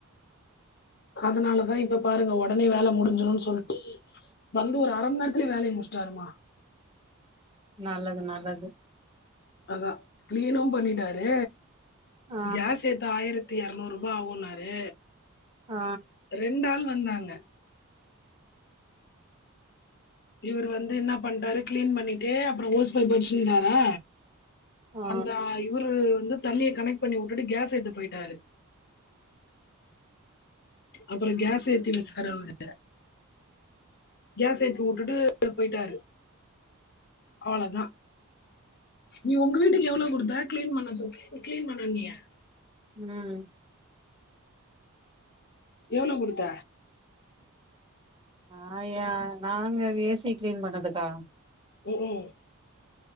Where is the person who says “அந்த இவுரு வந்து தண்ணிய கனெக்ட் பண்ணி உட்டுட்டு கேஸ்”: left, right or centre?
Left